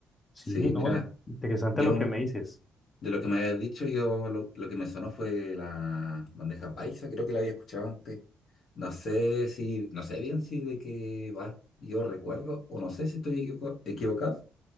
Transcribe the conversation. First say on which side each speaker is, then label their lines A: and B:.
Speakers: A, on the left (about 25°); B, on the left (about 60°).
A: Sí,
B: Sí,
A: no,
B: mira,
A: in- interesante
B: yo
A: lo que me dices.
B: de lo que me habías dicho, yo lo, lo que me sonó fue la bandeja paisa, creo que la había escuchado antes. No sé si, no sé bien si de qué va, yo recuerdo, o no sé si estoy equivo- equivocado,